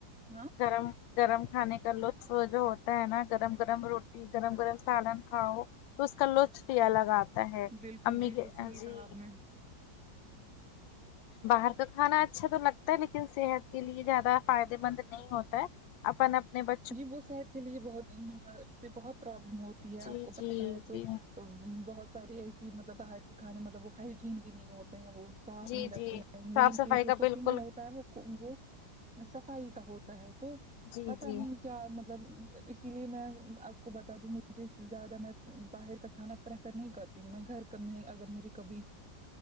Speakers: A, in the centre; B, on the left.
A: ہاں
B: گرم گرم کھانے کا لطف جو ہوتا ہے نا گرم گرم روٹی گرم گرم سالن کھاؤ تو اس کا لطف بھی الگ آتا ہے
A: بالکل
B: امی
A: بالکل
B: کے
A: صحیح
B: جی
A: کہا آپ نے
B: باہر کا کھانا اچھا تو لگتا ہے لیکن صحت کے لیے زیادہ فائدے مند نہیں ہوتا ہے اپن اپنے ب
A: جی وہ صحت کے لیے بہت اس سے بہت پرابلم ہوتی ہے آپ
B: جی
A: کو پتا
B: جی
A: ہے تو
B: جی
A: بہت سارے ایسی مطلب باہر کے کھانے مطلب وہ ہائجین بھی نہیں ہوتے ہیں وہ صاف
B: جی
A: نہیں رکھتے
B: جی
A: ہیں
B: صاف
A: مین
B: صفائی
A: چیز جو
B: کا
A: کوکنگ
B: بالکل
A: میں ہوتا ہے وہ وہ صفائی کا ہوتا ہے تو
B: جی
A: پتا
B: جی
A: نہیں کیا مطلب اسی لیے میں آپ کو بتا دوں مجھے زیادہ میں باہر کا کھانا پریفر نہیں کرتی ہوں میں گھر میں اگر مجھے کبھی